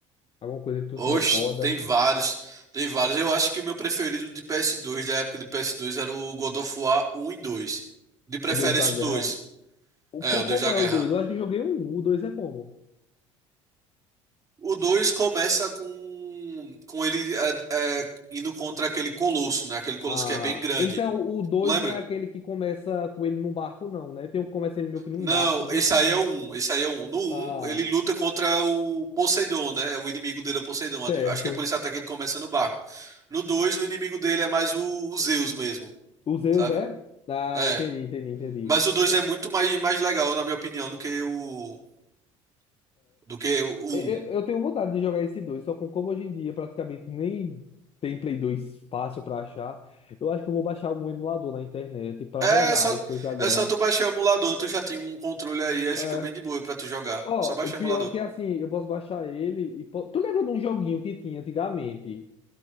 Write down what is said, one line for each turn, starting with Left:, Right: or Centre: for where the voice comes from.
Left: Alguma coisa que tu
Right: Oxe,
Left: se recorda?
Right: tem vários. Tem vários. Eu acho que o meu preferido de PS2, da época de PS2, era o God of War um e dois De preferência
Left: O Deus da Guerra.
Right: o 2.
Left: O,
Right: É,
Left: co-
Right: o Deus
Left: como
Right: da
Left: é
Right: Guerra.
Left: o 2? Eu acho que eu joguei um. O 2 é como?
Right: O 2 começa com, com ele é, é, indo contra aquele colosso, né? Aquele colosso
Left: Ah,
Right: que é bem grande.
Left: então o 2
Right: Não lembra?
Left: não é aquele que começa com ele num barco, não, né? Tem um que começa ele meio que num
Right: Não,
Left: barco, né?
Right: esse aí é o 1. Esse aí é o 1. No um
Left: Ah,
Right: ele luta contra o Poseidon, né? O inimigo dele é o Poseidon.
Left: certo.
Right: Eu Acho que é por isso até que ele começa no barco. No 2 o inimigo dele é mais o, o Zeus mesmo,
Left: O Zeus
Right: sabe?
Left: é? Ah,
Right: É.
Left: entendi, entendi, entendi.
Right: Mas o 2
Left: Eu,
Right: é muito mais, mais legal, na minha opinião, do que o do que o 1.
Left: eu, eu tenho vontade de jogar esse 2, só com como hoje em dia praticamente nem tem Play 2 fácil pra achar. Eu acho que eu vou baixar algum emulador na internet pra
Right: É
Left: jogar
Right: só,
Left: esse Deus da Guerra.
Right: é só tu baixar o emulador, tu já tem um controle aí, aí fica
Left: É.
Right: bem de boa pra tu jogar.
Left: Ó,
Right: Só baixar
Left: e pior
Right: o emulador.
Left: que é assim, eu posso baixar ele e po- Tu lembra de um joguinho que tinha antigamente,